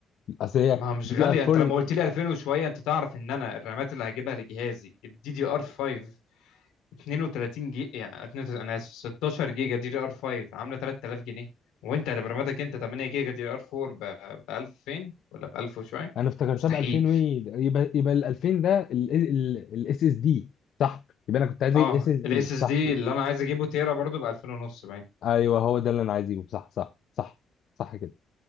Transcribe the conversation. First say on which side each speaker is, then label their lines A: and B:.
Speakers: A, on the left; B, on the left.
A: اصل هي
B: ما هو مش
A: دي
B: غالية
A: دي ار
B: انت
A: 4
B: لما قلت لي 2000 وشوية انت تعرف ان انا الرامات اللي هجيبها لجهازي الدي دي ار 5 32 جيجا يعني 32 انا اسف 16 جيجا دي دي ار 5 عامله 3000 جنيه وانت هتبرمجك انت 8 جيجا دي دي ار 4 ب 2000 ولا ب 1000 وشويه
A: انا افتكرتها
B: مستحيل
A: ب 2000 وي يبقى يبقى ال 2000 ده الاس اس دي صح يبقى انا كنت عايز
B: اه
A: اجيب اس اس دي
B: الاس اس
A: صح
B: دي اللي انا عايز اجيبه تيرا برضو ب 2000 ونص باين
A: ايوه هو ده اللي انا عايز اجيبه صح صح صح صح كده